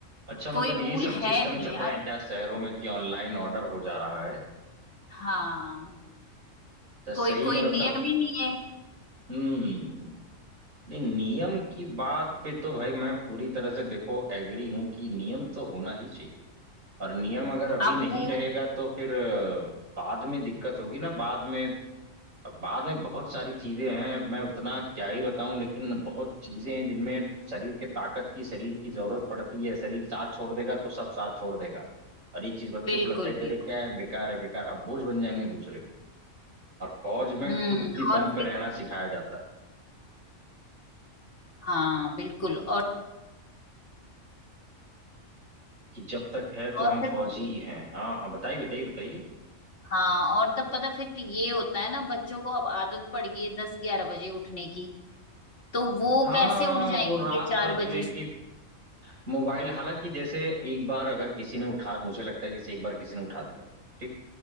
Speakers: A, on the right; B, on the left.
A: अच्छा मतलब
B: कोई
A: ये
B: रूल
A: सब
B: है
A: सिस्टम
B: नहीं
A: चल
B: यार
A: रहे हैं क्या शहरों में कि ऑनलाइन ऑर्डर हो जा रहा है
B: हाँ
A: तो सही
B: कोई कोई
A: है मतलब
B: नियम ही नहीं है
A: हम्म नहीं नियम की बात पे तो भाई मैं पूरी तरह से देखो एग्री हूं कि नियम तो होना ही चाहिए और नियम अगर अभी
B: अब
A: नहीं
B: वो
A: रहेगा तो फिर अ, बाद में दिक्कत होगी ना बाद में अब बाद में बहुत सारी चीजें हैं मैं उतना क्या ही बताऊं लेकिन बहुत चीजें हैं जिनमें शरीर के ताकत की शरीर की जरूरत पड़ती है शरीर साथ छोड़ देगा तो सब साथ छोड़ देगा और ये चीज बच्चों
B: बिल्कुल
A: को लगता है कि
B: बिल्कुल
A: अरे क्या है बेकार है बेकार अब बोझ बन जाएंगे दूसरे पे। और फौज
B: हम्म
A: में खुद की दम
B: और
A: पे
B: फिर
A: रहना सिखाया जाता है
B: हाँ बिल्कुल और
A: कि जब तक है तो
B: और
A: हम
B: फिर
A: फौजी ही हैं हाँ हाँ बताइए बताइए बताइए
B: हाँ और तब पता फिर ये होता है ना बच्चों को अब आदत पड़ गई है दस ग्यारह बजे उठने की तो वो
A: हाँ
B: कैसे उठ जाएंगे
A: वो रात
B: चार
A: भर जो
B: बजे
A: है कि मोबाइल हालांकि जैसे एक बार अगर किसी ने उठा मुझे लगता है कि जैसे एक बार किसी ने उठा दिया ठीक?